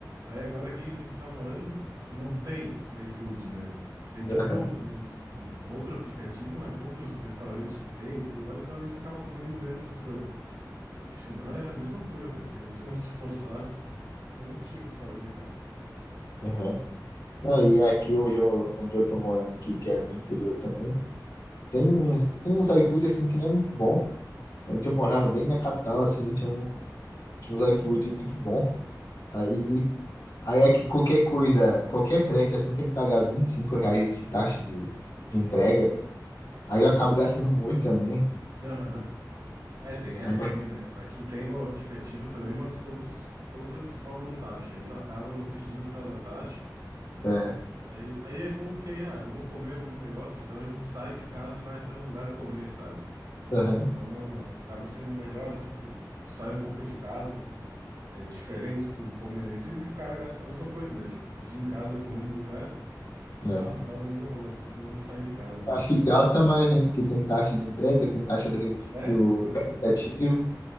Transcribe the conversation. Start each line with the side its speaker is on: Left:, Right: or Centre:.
Right: Aí agora aqui onde a gente tá morando, não tem iFood, né? Tem tipo
Left: aham,
Right: uns- um outro aplicativo, mas poucos restaurantes que tem e tudo mais, então a gente acaba comendo menos essas coisas. Porque senão era a mesma coisa, cara. Se a gente não se forçasse, não tinha o que fazer, cara.
Left: aham. Não, e aqui hoje eu- onde eu tô morando aqui, que é meu interior também. Tem uns, tem uns iFood assim que não é muito bom. Antes eu morava bem na capital, assim, tinha, um, tinha uns iFood muito bom. Aí, aí é que qualquer coisa, qualquer frete assim tem que pagar 25 reais de taxa de, de entrega. Aí eu acabo gastando muito também.
Right: Aham. É, tem essa
Left: Aí não,
Right: também, né? Aqui tem o aplicativo também, mas todos, todos eles cobram taxa. Aí tu acaba não pedindo por causa da taxa.
Left: é,
Right: Aí, aí é bom porque aí, ah, vamos comer algum negócio, então a gente sai de casa e vai até o lugar comer, sabe?
Left: aham,
Right: Então acaba sendo melhor, assim, tu sai um pouco de casa, tu é diferente tu comer, né? E sendo que o cara gasta a mesma coisa, né? Tipo, pedir em casa, comer no lugar,
Left: é.
Right: dá, dá o mesmo valor, assim, pelo menos sai de casa,
Left: Eu
Right: né?
Left: Acho que gasta mais ainda, porque tem taxa de entrega, tem taxa do, re-
Right: É,
Left: do,
Right: pois
Left: do
Right: é,
Left: aplicativo.